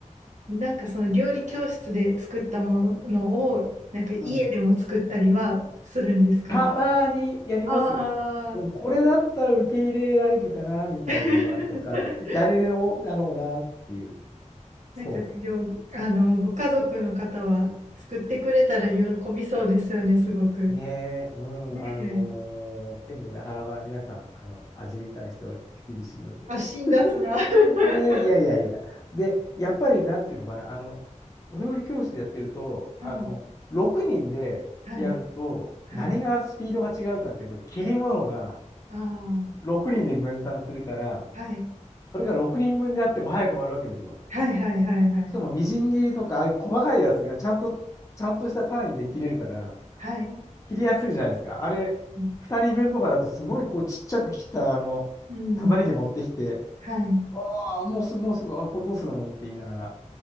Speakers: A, on the right; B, on the left.
A: なんかその料理教室で作ったものを、なんか家でも作ったりはするんですか
B: うん。たまにやります。
A: ああー。
B: うん、これだったら受け入れられるかな、みたいな場合とか、
A: <laughs>
B: やれるだろうなっていう。そう。
A: なんかでも、あの、ご家族の方は作ってくれたら喜びそうですよね、すごく。
B: ねえ、うん、
A: ね
B: あのーでもなかなか皆さん、
A: え。
B: あの、味に対しては厳しいので。
A: あ、辛辣な。
B: <laughs>
A: <laughs> は
B: ねえ、いやいやいや。で、やっぱりなんていうのかな、あの、お料理教室でやってると、
A: い、
B: あの、6人でやると、
A: はい、はい。
B: 何がスピードが違うかっていうと、切り物が
A: あ
B: 6人で分担するから、
A: あ、はい。
B: それが6人分であっても早く終わるわけですよ。
A: はい、はい、はい、はい。
B: しかもみじん切りとか、ああいう細かいやつがちゃんと、ちゃんとした単位で切れるから、
A: はい。
B: 切りやすいじゃないですか。あれ、
A: うん、
B: 二人分とかだとすごいこうちっちゃく切ったあの、
A: うん
B: 玉ねぎ持ってきて、
A: はい。
B: ああ、もうすぐ、もうすぐ、あ、これどうするのって言いながら。